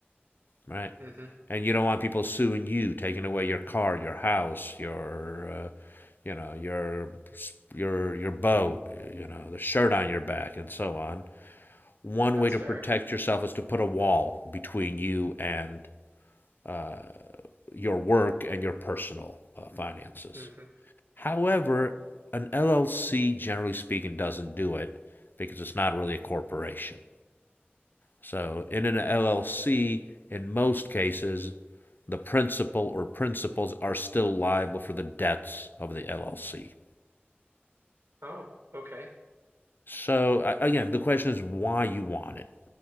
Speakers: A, on the left; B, on the right.
A: right?
B: hmm
A: and you don't want people suing you, taking away your car, your house, your, uh, you know, your your your boat, you know, the shirt on your back, and so on. One
B: That's
A: way to
B: fair.
A: protect yourself is to put a wall between you and uh, your work and your personal uh, finances.
B: hmm
A: However, an LLC, generally speaking, doesn't do it because it's not really a corporation. So, in an LLC, in most cases, the principal or principals are still liable for the debts of the LLC.
B: Oh, okay.
A: So again, the question is why you want it.